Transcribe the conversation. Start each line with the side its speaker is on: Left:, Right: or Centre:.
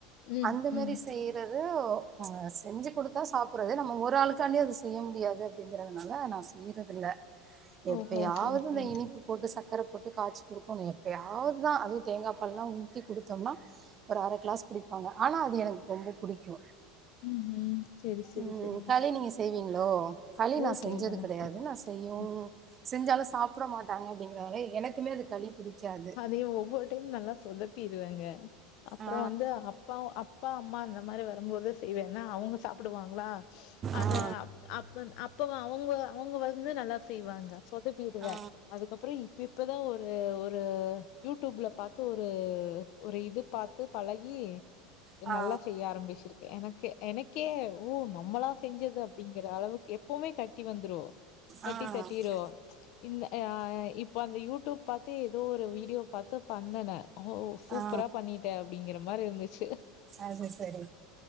Left: ம்
Right: அந்த மாரி
Left: ம்
Right: செய்யுறது அ செஞ்சு குடுத்தா சாப்புட்றது நம்ம ஒரு ஆளுக்காண்டி அத செய்ய முடியாது அப்டிங்கிறதுனால நா செய்றதில்ல எப்பயாவது
Left: ஓஹோ சரி சரி
Right: இந்த இனிப்பு போட்டு சக்கர போட்டு காய்ச்சி குடுக்கணு எப்போயாவது தா அதுவு தேங்காபாலெல்லா ஊ த்தி குடுத்தோம்னா ஒரு அர க்ளாஸ் குடிப்பாங்க ஆனா அது எனக்கு ரொம்ப புடிக்கு
Left: ம் ம் செரி செரி
Right: ம்
Left: செரிங்க
Right: களி நீங்க செய்வீங்களோ களி
Left: ஓ
Right: நா செஞ்சது
Left: செய்வங்க
Right: கிடையாது நா செய்யும்
Left: ம்
Right: செஞ்சாலு சாப்ட மாட்டாங்க அப்டிங்கறதுனால எனக்குமே அது களி புடிக்காது
Left: நீங்க ஒவ்வொரு டைம் நல்லா சொதப்பிருவேங்க அப்றோ
Right: ஆ
Left: வந்து அப்பா அப்பா அம்மா அந்த மாரி வரும்போது செய்வேனா அவுங்க சாப்டுவாங்களா அத
Right: ஆ
Left: அப் அப்ப அவுங்களா அவங்க வந்து நல்லா செய்வாங்க சொதப்பிடுவே
Right: ஆ
Left: அதுக்கப்றோ இப் பிப் இப்பதா ஒரு ஒரு யூடிப்ல பாத்து ஒரு ஒரு இது பாத் து பழகி
Right: ஆ ஆ
Left: நல்லா செய்ய ஆரம்பிச்சிரு எனக்கு எனக்கே ஓ நம்மளா செஞ்சது அப்டிங்கற அளவுக்கு எப் பவுமே கட்டி வந்துரு கட்டி
Right: ஆ
Left: தட்டிரு இந்த ஆ இப் ப அந்த யூடூப் பாத்து ஏதோ ஒரு வீடியோ பாத்து பண்ணனே ஓ சூப்பரா
Right: ஆ
Left: பண்ணிட் ட அப்டிங்கிற மாரி இருந்துச்சி
Right: அது சரி